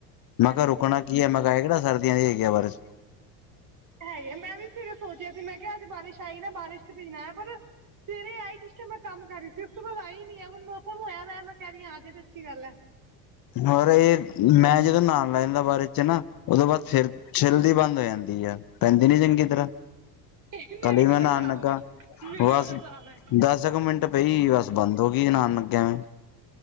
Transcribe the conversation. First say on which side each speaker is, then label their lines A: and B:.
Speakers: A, on the left; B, on the right.
A: ਮੈਂ
B: ਹਾਂਜੀ
A: ਕਿਹਾ ਰੁਕਣਾ ਕੀ ਆਂ ਹੈ ਇਹ ਕਿਹੜਾ ਦੀ ਆਈ ਹੈਗੀ ਆ ਬਾਰਿਸ਼।
B: ਹੈਗੇ ਆ ਮੈਂ ਵੀ ਫੇਰ ਸੋਚਿਆ ਸੀ ਮੈਂ ਕਿਹਾ ਅੱਜ ਬਾਰਿਸ਼ ਆਈ ਨਾ ਬਾਰਿਸ਼ ਤੇ ਭੀਜਣਾ ਪਰ ਸਵੇਰੇ ਆਈ ਇਸ ਟਾਈਮ ਮੈਂ ਕੰਮ ਕਰ ਰਹੀ ਸੀ ਉਸ ਤੋਂ ਬਾਅਦ ਆਈ ਨੀ ਹੁਣ ਮੌਸਮ ਹੋਇਆ ਵਾ ਮੈਂ ਕਹਿ ਰਹੀ ਆਜੇ ਤੇ ਅੱਛੀ ਗੱਲ ਹੈ।
A: ਹੋਰ ਇਹ ਮੈਂ ਜਦੋਂ ਨਹਾਉਣ ਲੱਗ ਜਾਣਾ ਬਾਰਿਸ਼ ਵਿੱਚ ਨਾ ਉਹਦੋਂ ਬਾਅਦ ਫਿਰ
B: ਹਾਂਜੀ
A: ਛਿੱਲਦੀ ਬੰਦ ਹੋ ਜਾਂਦੀ ਆ ਪੈਂਦੀ ਨੀ ਚੰਗੀ ਤਰ੍ਹਾਂ
B: ਮੇਰੇ
A: ਕੱਲ ਵੀ
B: ਵਾਲਾ
A: ਮੈਂ ਨਾਣ
B: ਹਿਸਾਬ
A: ਲੱਗਾ,
B: ਹੈ ਮੇਰੇ
A: ਬਸ
B: ਵਾਲਾ ਹਿਸਾਬ ਹੈ
A: ਦਸ ਕੁ ਮਿੰਟ ਪਈ ਬਸ ਬੰਦ ਹੋ ਗਈ ਜਦੋਂ ਨਹਾਉਣ ਲੱਗਿਆਂ ਮੈਂ